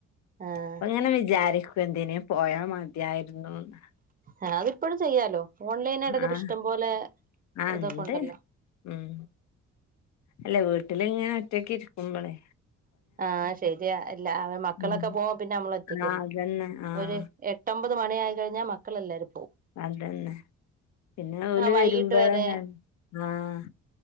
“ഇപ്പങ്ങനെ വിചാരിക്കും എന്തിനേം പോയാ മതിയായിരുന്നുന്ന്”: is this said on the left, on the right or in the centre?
Left